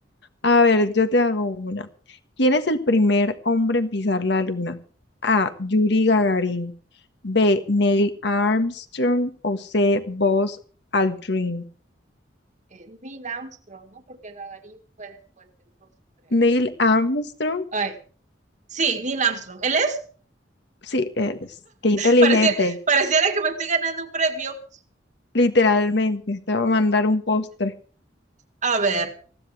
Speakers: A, on the left; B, on the right.
A: A ver, yo te hago una. ¿Quién es el primer hombre en pisar la luna? A. Yuri Gagarin. B. Neil Armstrong. O C. Buzz Aldrin.
B: Eh, Neil Armstrong, ¿no? Porque Gagarin fue después del ruso, creo.
A: Neil Armstrong.
B: Ay, sí, Neil Armstrong. ¿Él es?
A: Sí, él es. Qué inteligente.
B: Pareciera, pareciera que me estoy ganando un premio.
A: Literalmente. Te va a mandar un postre.
B: A ver.